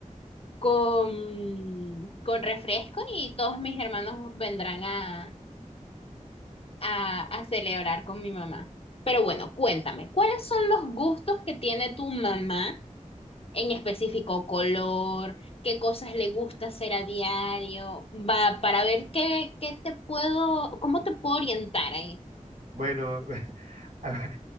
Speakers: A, on the left (about 45°); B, on the right (about 85°).
A: con, con refresco y todos mis hermanos vendrán a, a, a celebrar con mi mamá. Pero bueno, cuéntame, ¿cuáles son los gustos que tiene tu mamá? en específico color, qué cosas le gusta hacer a diario, va, para ver qué, qué te puedo, cómo te puedo orientar ahí.
B: Bueno, <laughs> a